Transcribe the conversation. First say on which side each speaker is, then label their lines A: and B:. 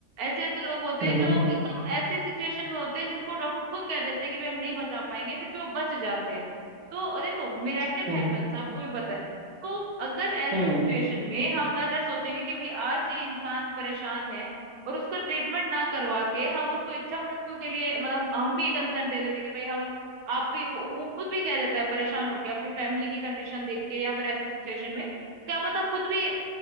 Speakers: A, on the right (about 70°); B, on the right (about 85°).
A: ऐसे ऐसे लोग होते
B: हम्म
A: हैं जो
B: हम्म
A: एकदम ऐसी सिचुएशन में होते हैं जिनको डॉक्टर खुद कह देते हैं कि भाई हम नहीं बचा पाएंगे फिर भी वो बच जाते हैं तो देखो मिरेकल
B: हम्म
A: हैपेंस आपको भी पता है तो अगर ऐसी
B: हम्म
A: सिचुएशन में हम अगर सोचेंगे कि भाई आज ये इंसान परेशान है और उसका ट्रीटमेंट ना करवा के हम उसको इच्छा मृत्यु के लिए मतलब हम, हम भी कंसर्न दे देते कि भाई हम आप भी वो, वो खुद भी कह देता है परेशान होके अपनी फैमिली की कंडीशन देख के या फिर ऐसी सिचुएशन में क्या पता खुद भी